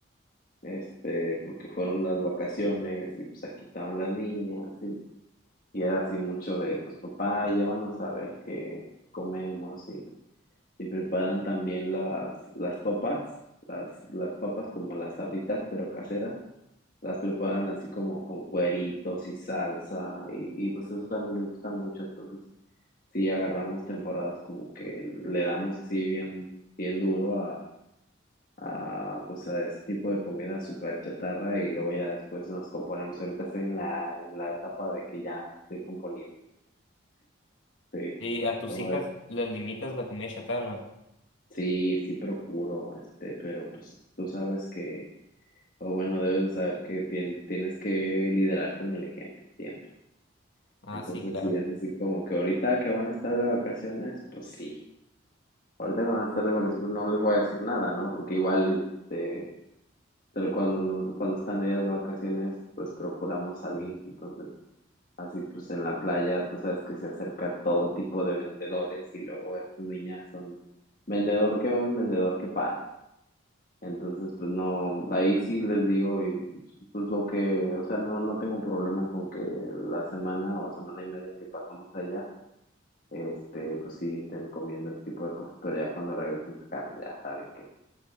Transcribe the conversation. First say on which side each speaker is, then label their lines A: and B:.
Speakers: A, on the left; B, on the left.
A: este, porque fueron las vacaciones y pues aquí estaban las niñas y, y era así mucho de, pues papá, llévanos a ver qué comemos y, y preparan también las, las papas, las, las papas como las sabritas pero caseras, las preparan así como con cueritos y salsa y, y pues eso también les gusta mucho, entonces sí agarramos temporadas como que le damos así bien, bien duro a, pues a ese tipo de comida súper chatarra y luego ya después nos componemos. Ahorita estoy en la, en la etapa de que ya me estoy componiendo. Sí,
B: Sí, a tus
A: ¿cómo
B: hijas
A: ves?
B: les limitas la comida chatarra.
A: Sí, sí procuro, este, pero pues tú sabes que, o bueno, debes de saber que tien- tienes que liderar con el ejemplo siempre.
B: Ah,
A: Entonces,
B: sí, claro.
A: sí, es así como que ahorita que van a estar de vacaciones, pues sí. Ahorita que van a estar de vacaciones, pues no les voy a decir nada, ¿no? Porque igual, este, pero cuando, nos- cuando están ellas de vacaciones, pues procuramos salir. Entonces, así pues en la playa, tú sabes que se acerca todo tipo de vendedores y luego estas niñas son vendedor que ven, vendedor que para. Entonces, pues no, ahí sí les digo, y pues lo que, o sea, no, no tengo problema con que la semana o semana y media que pasamos allá, este, pues sí estén comiendo ese tipo de cosas, pero ya cuando regresamos acá, pues ya saben que,